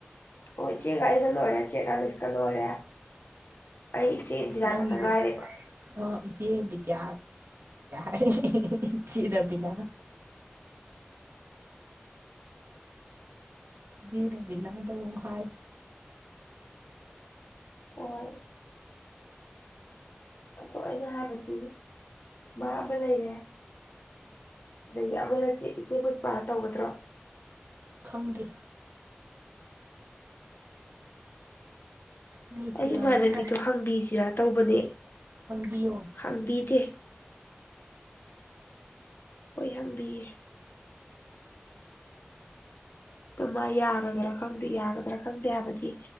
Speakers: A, on the left; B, on the right.
A: ꯍꯣꯏ ꯆꯦꯡꯒꯥꯏ ꯀ ꯂꯔꯦ ꯆꯦꯔꯂꯤꯁ ꯀ ꯂꯔꯦ ꯑꯩ ꯏꯆꯦ ꯏꯖꯤꯅꯥ
B: ꯅꯪꯒꯤꯗꯤ
A: ꯈꯛꯇꯪ ꯉꯥꯏꯔꯦꯕ
B: ꯑꯣ ꯏꯆꯦ ꯗ꯭ꯌꯥꯗ꯭ꯌꯥ ꯍꯥꯏꯔ ꯆꯠ ꯑꯕꯤꯅꯥ ꯖꯤ ꯔꯕꯤꯂꯗꯎ ꯍꯥꯏ
A: ꯍꯣꯏ ꯑꯗꯣ ꯑꯩꯅ ꯍꯥꯏꯕꯗꯤ ꯃꯥ ꯑꯃ ꯂꯩꯔꯦ ꯑꯗꯒꯤ ꯑꯃꯅ ꯆꯦ ꯏꯆꯦ ꯄꯨꯁꯄꯥ ꯇꯧꯒꯗ꯭ꯔꯣ
B: ꯈꯪꯗꯦ ꯃꯤ
A: ꯑꯩ
B: ꯆꯤꯜꯂꯝꯒꯗ꯭ꯔꯥ
A: ꯏꯃꯥꯟꯅꯕꯤꯗꯣ ꯍꯥꯡꯕꯤꯁꯤꯔꯥ ꯇꯧꯕꯅꯦ
B: ꯍꯪꯕꯤꯌꯣ
A: ꯍꯕꯤꯗꯦ ꯍꯣꯏ ꯍꯪꯕꯤꯌꯦ ꯑ ꯃꯥ ꯌꯥꯒꯗ꯭ꯔꯥ ꯈꯪꯗꯦ ꯌꯥꯒꯗ꯭ꯔꯥ ꯈꯪꯗꯦ ꯍꯥꯏꯕꯗꯤ